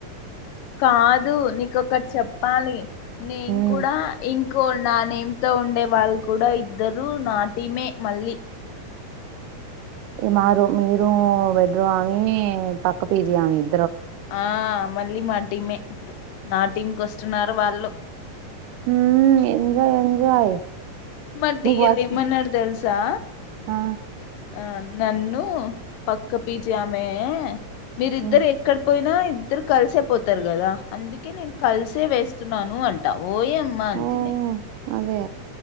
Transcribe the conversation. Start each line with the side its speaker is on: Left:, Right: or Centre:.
Left: కాదు నీకొకటి చెప్పాలి నేను
Right: మ్మ్
Left: కూడా ఇం కో నానేేమ్ తో ఉండే వాళ్ళు కూడా ఇద్దరు నా టీమే మళ్ళీ
Right: ఈ మా రూ మీరు బెడ్రూ ఆవి పక్క పీ జీ ఆమి ఇ
Left: ఆ మళ్ళీ మా టీమే ఇప్పుడు నా టీంకి వస్తున్నారు వాళ్ళు
Right: ఊ ఎంజాయ్ ఎంజాయ్
Left: మా టీ
Right: నీకు వర్క్
Left: ఎల్ ఏమన్నాడు దెల్స్ తా
Right: ఆ!
Left: ఆ నన్ను పక్క పీ జీ ఆమె మీరిద్దరు
Right: హ్మ్.
Left: ఎక్కడ పోయి నా ఇద్దరు కలిసే పోతారు కదా అందుకే నేను కలిసే వేస్తున్నాను అంటావు పోయి అమ్మా ఆంటని
Right: ఓహ్! అదే.